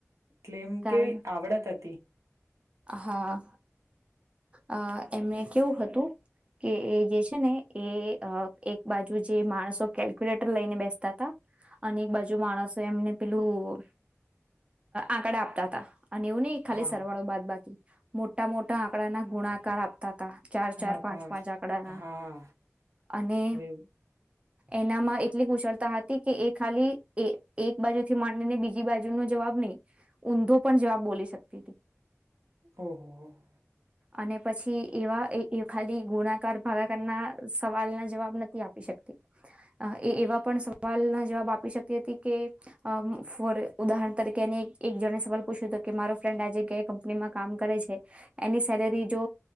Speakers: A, on the right; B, on the right.
A: એટલે એમ
B: કારણ
A: કેવી આવડત હતી.
B: હા અ એમને કેવું હતું કે એ જે છે ને એ એક બાજુ જે માણસો કેલ્ક્યુલેટર લઈને બેસતા હતા અને એક બાજુ માણસો એમને પેલું આંકડા આપતા હતા. અને એું ન ખાલી
A: હા
B: સરવાળો બાદ બાકી મોટા મોટા આંકડાના ગુણાકાર આપતા હતા. ચાર ચાર
A: હા
B: પાંચ
A: હા
B: પાંચ આંકડાના
A: હા
B: અને
A: હવે
B: એનામાં એટલી કુશળતા હતી કે એ ખાલી એક બાજુ થી માંડીને બીજી બાજુ નો જવાબ નહી ઊંધો પણ જવાબ બોલી શકતી હતી.
A: ઓહ,
B: અને પછી એવા ખાલી ગુણાકાર ભાગાકારના સવાલના જવાબ નથી આપી શકતી એ એવા પણ સવાલના જવાબ આપી શકતી હતી કે ફોર ઉદાહરણ તરીકે એને એક જણે સવાલ પૂછ્યો હતો કે મારો ફ્રેન્ડ આજે કંપનીમાં કામ કરે છે એની સેલેરી જો